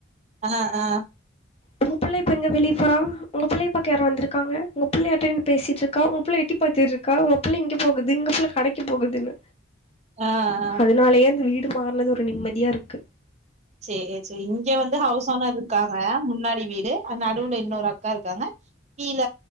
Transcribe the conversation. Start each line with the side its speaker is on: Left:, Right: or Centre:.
Right: ஆ ஆ
Left: ஒங்க பிள்ள இப்ப எங்க வெளிய போற ஒங்க பிள்ளய பாக்க யாரோ வந்துருக்காங்க ஓங்க புள்ள யார்ட்டயோ நின்னு பேசிட்டுருக்கா ஒங்கபுள்ள எட்டி பாத்துட்ருக்கா ஒங்க பிள்ள இங்க போகுது ஒங்க பிள்ள கடைக்கு போகுதுன்னு
Right: ஆ ஆ
Left: அதுனாலயே அந்த வீடு மாறுனது ஒரு நிம்மதியா இருக்கு
Right: சேரி சேரி இங்க வந்து ஹவுஸ் ஓனர் இருக்காங்க முன்னாடி வீடு அது நடுவுல இன்னொரு அக்கா இருக்காங்க கீழ